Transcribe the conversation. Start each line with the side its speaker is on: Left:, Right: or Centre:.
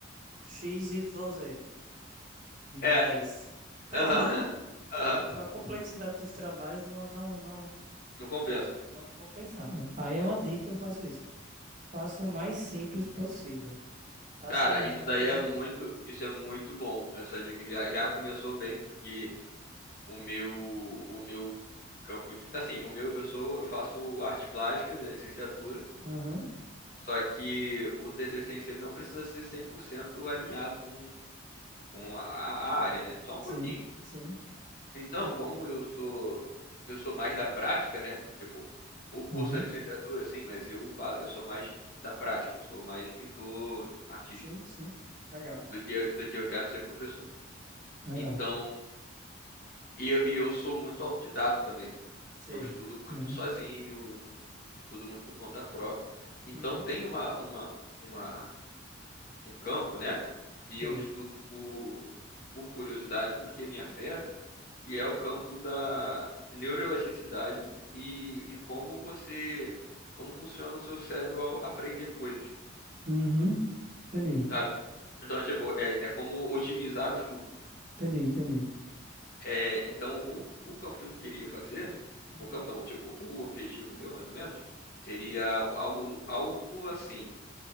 Right: X Y Z.
Left: É.
Right: 10. Tá
Left: Aham.
Right: entendendo?
Left: <laughs> Aham.
Right: Tipo, a complexidade dos trabalhos não, não, não,
Left: Não compensa.
Right: não compensava. Aí é uma dica, eu faço isso. faço o mais simples possível. Faça
Left: Cara,
Right: a
Left: isso daí
Right: coisa.
Left: é muito. Isso é muito bom. Essa dica já, já começou bem, porque o meu. O meu campo de. Assim, o meu. Eu sou. Eu faço artes plásticas, é licenciatura.
Right: Aham,
Left: Só que o TCC em si, ele não precisa ser 100% alinhado com com a, a área, né? Só um pouquinho.
Right: Sim, sim,
Left: Então,
Right: entendi.
Left: como eu sou eu sou mais da prática, né? Tipo, o curso
Right: Aham,
Left: é licenciatura, sim, mas eu fa eu sou mais da prática, eu sou mais pintor, artista,
Right: Sim, sim. Legal,
Left: do que eu, do que eu quero ser professor.
Right: legal.
Left: Então, e eu, e eu sou muito autodidata também.
Right: Sei.
Left: Eu estudo muito
Right: Aham,
Left: sozinho, eu estudo muito por conta própria. Então,
Right: Uhum.
Left: tem uma uma uma um campo, né? E
Right: Sei.
Left: eu estudo por por curiosidade, porque me afeta que é o campo da neuroelasticidade e, e como você, como funciona o seu cérebro ao aprender coisas,
Right: Uhum. Entendi,
Left: sabe? Então, é tipo, é, é como otimizar o estudo.
Right: entendi, entendi.
Left: É, então, o, o campo que eu queria fazer,
Right: Uhum.
Left: o campo não, tipo, o objetivo meu, mais ou menos, seria algo, algo assim,